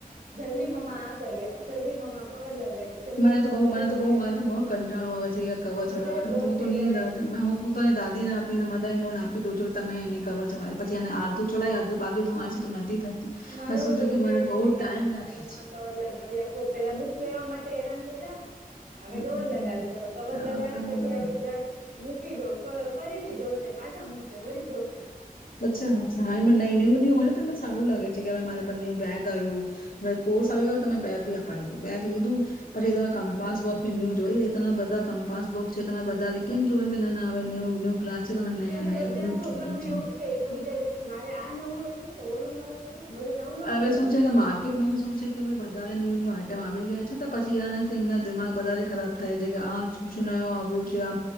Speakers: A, on the right (about 75°); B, on the left (about 80°).
A: જલ્દી મમ્મા આ કરી આપો જલ્દી મમ્મા કવર લગાવી દો જલ્દી
B: મને
A: મમ્મા
B: તો બઉ
A: ઓલું
B: મને તો
A: કરી
B: બહ
A: આપો
B: મને તો બહ કંટાળું આવે છે કવર ચડવા
A: અરે
B: માટે
A: બોર
B: હું
A: થઈ
B: તો નીંદ
A: જવાય
B: આવે જઈ મેં હું તો ની દાદીને આપીને મધા લોન આપી દો જો. તમે એની કવર જવા પછી અડધું ચડાઈ અર્ધ બા તમારે છે તો થતી
A: મારું
B: પણ શું
A: લોહી
B: છે કે
A: પીવે
B: મને બહુ
A: છે
B: ટાઈમ
A: ક્યારનું
B: લાગે
A: મ્મા
B: છે
A: કવર લગાવી આપો પેલા બુક્સ લેવા માટે હેરાન કયર. હવે
B: હમ્મ
A: કવર લગાવી દો, કવર
B: અ
A: લગાવીને
B: ક કવરનો
A: પછી હવે જટ મૂકી દો ફરીથી જોશે પાછા મૂકશે ફરી જો
B: પછી અમુકાને ન્યું ન્યુ હોય ને તમને સારું લાગે. કે માને ન્યુ બેગ આવ્યું કોર્સ આવી ગયો તમે બેગ ભી અપાવીધું બેગ લીધું પછી, તમે કમ્પાસ બોક્સ ન્યુ જોય એ ત બધા કમ્પાસ બોક્સ છે તમે બધા કેમ જોય કે ના ના આવે ન ન્યુ ક્લાસ છે તને ન
A: અત્યારે બધા
B: ન
A: છોકરાઓને
B: જો
A: એવું છે એકબીજા જોઈ ને મારે આ નવું લેવું છે ઓલું નવું લેવું છે. બધું નવું નવું
B: હવે
A: જ લેવાનું
B: શું છે કે માર્કેટમાં બી શું છે કે વધારે ન્યુ ન્યુ આઈટમ આવી ગયા છે. પછી આને એમના દિમાગ વધારે ખરાબ થાય છે કે આ સૂચના આવ્યું છે આ